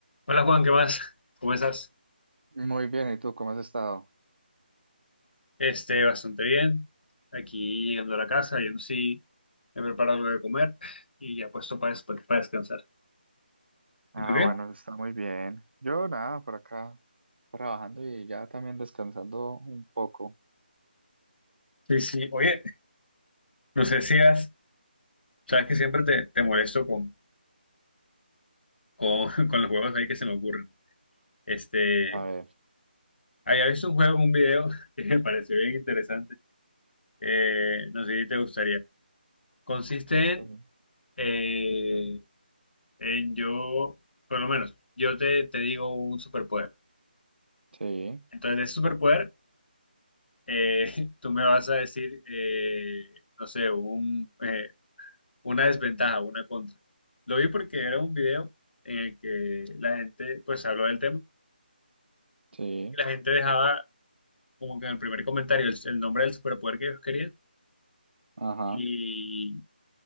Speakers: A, on the left; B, on the right.
A: Hola Juan, ¿qué más? ¿Cómo estás?
B: Muy bien, ¿y tú cómo has estado?
A: Este, bastante bien. Aquí llegando a la casa, yo sí he preparado algo de comer y ya puesto para, para descansar.
B: Ah,
A: ¿Y tú qué?
B: bueno, está muy bien. Yo nada, por acá trabajando y ya también descansando un poco.
A: Sí, sí. Oye, no sé si has, sabes que siempre te, te molesto con, con, <laughs> con los juegos ahí que se me ocurren. Este,
B: A ver.
A: había visto un juego, un video <laughs> que me pareció bien interesante. Eh, no sé si te gustaría. Consiste en,
B: eh,
A: eh,
B: ujú.
A: en yo, por lo menos, yo te, te digo un superpoder.
B: Sí,
A: Entonces, de ese superpoder, eh, <laughs> tú me vas a decir, eh, no sé, un, eh, una desventaja, una contra. Lo vi porque era un video en el que la gente, pues, habló del tema
B: sí,
A: y la gente dejaba como que en el primer comentario el, el nombre del superpoder que ellos querían
B: ajá,
A: y,